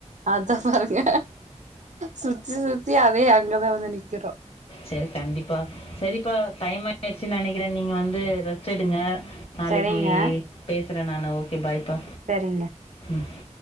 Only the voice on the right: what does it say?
அதா பாருங்க சுத்தி சுத்தி அதே அங்கதா வந்து நிக்கிறோ
சரிங்க
சரிங்க